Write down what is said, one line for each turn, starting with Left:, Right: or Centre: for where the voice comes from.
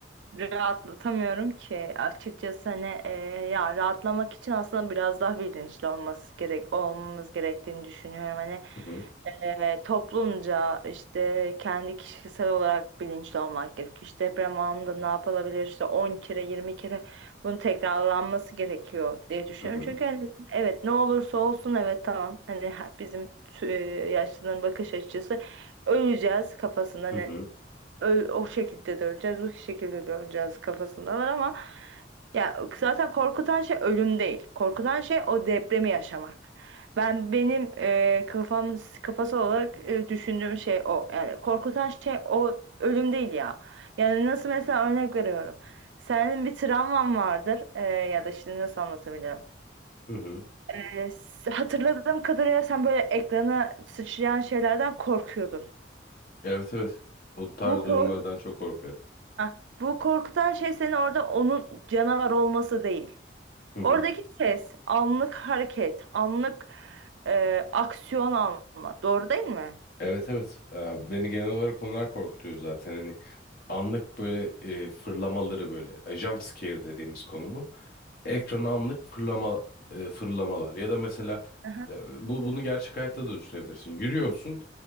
Right: Rahatlatamıyorum ki açıkçası hani e, ya rahatlamak için aslında biraz daha bilinçli olması gerek olmamız gerektiğini düşünüyorum. Hani
Left: Hı hı,
Right: e, toplumca işte kendi kişisel olarak bilinçli olmak gerekiyor. İşte deprem anında ne yapılabilir işte 10 kere 20 kere bunun tekrarlanması gerekiyor diye düşünüyorum.
Left: hı hı,
Right: Çünkü hani evet ne olursa olsun evet tamam hani ha- bizim tü- e, yaşlıların bakış açısı öleceğiz kafasında
Left: hı hı,
Right: ö- o şekilde döneceğiz, bu şekilde döneceğiz kafasındalar ama ya zaten korkutan şey ölüm değil. Korkutan şey o depremi yaşamak. Ben benim e, kafam kafası olarak e, düşündüğüm şey o. Yani korkutan şey o ölüm değil ya. Yani nasıl mesela örnek veriyorum. Senin bir travman vardır e, ya da şimdi nasıl anlatabilirim?
Left: hı hı.
Right: E, s- hatırladığım kadarıyla sen böyle ekrana sıçrayan şeylerden korkuyordun.
Left: Evet evet. O tarz
Right: Bu korku
Left: durumlardan çok korkarım.
Right: Ha, bu korkutan şey senin orada onun canavar olması değil.
Left: Hı hı.
Right: Oradaki ses, anlık hareket, anlık e, aksiyon alma. Doğru değil mi?
Left: Evet evet. Ee, beni genel olarak onlar korkutuyor zaten. Hani anlık böyle e, fırlamaları böyle e, jump scare dediğimiz konu bu. Ekrana anlık fırlama e, fırlamalar ya da mesela
Right: Aha.
Left: e, bu bunu gerçek hayatta da düşünebilirsin. Yürüyorsun